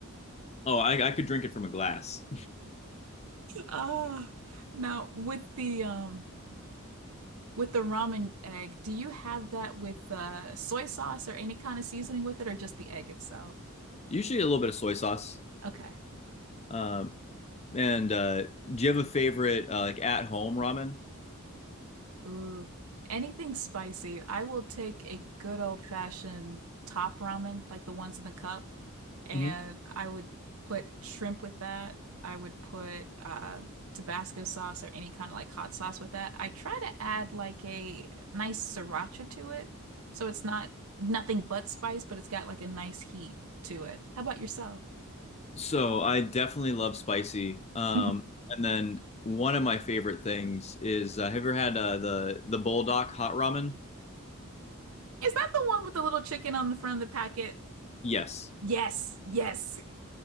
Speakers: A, on the left; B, on the right.
A: Oh, I I could drink it from a glass.
B: Ah, now with the um with the ramen egg, do you have that with uh soy sauce or any kind of seasoning with it or just the egg itself?
A: <laughs> Usually a little bit of soy sauce.
B: Okay.
A: Uh, and uh, do you have a favorite uh, like at home ramen?
B: Ooh, anything spicy. I will take a good old fashioned top ramen, like the ones in the cup, and
A: Mhm.
B: I would put shrimp with that. I would put uh, Tabasco sauce or any kind of like hot sauce with that. I try to add like a nice sriracha to it, so it's not nothing but spice, but it's got like a nice heat to it. How about yourself?
A: So I definitely love spicy. Um,
B: Mhm.
A: and then one of my favorite things is uh, have you ever had uh, the the Bulldog hot ramen?
B: Is that the one with the little chicken on the front of the packet?
A: Yes.
B: Yes, yes.